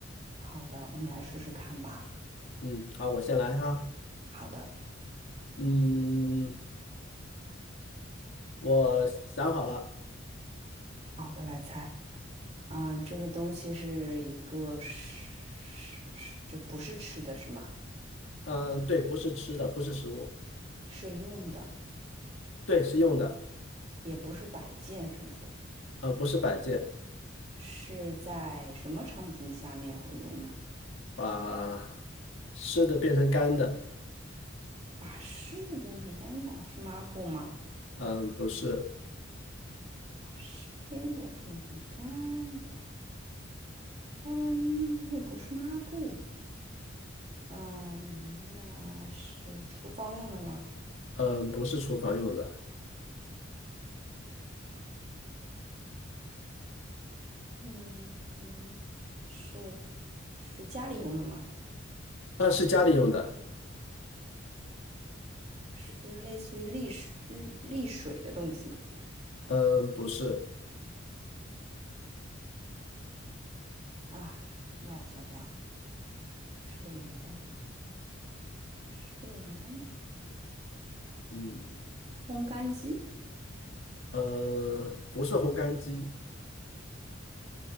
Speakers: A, on the right (about 30°); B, on the left (about 75°).
A: 好的，我们来试试看吧。
B: 嗯，好，我先来哈，
A: 好的，
B: 嗯，我想好了，
A: 好，我来猜。啊、这个东西是一个是是是就不是吃的是吗？
B: 嗯，对，不是吃的，不是食物，
A: 是用的，
B: 对，是用的，
A: 也不是摆件什么的，
B: 嗯，不是摆件。
A: 是在什么场景下面会用呢？
B: 把湿的变成干的，
A: 把湿的变成干的，是抹布吗？
B: 嗯，不是，
A: 把湿的变成干的，嗯，又不是抹布。嗯，那是厨房用的吗？
B: 嗯，不是厨房用的，
A: 嗯嗯，是是家里用的吗？
B: 啊，是家里用的，
A: 是类似于沥水沥沥水的东西吗？
B: 嗯，不是，
A: 啊，让我想想啊，湿的变成干的，湿的变成干的，
B: 嗯，
A: 烘干机
B: 嗯，不是烘干机，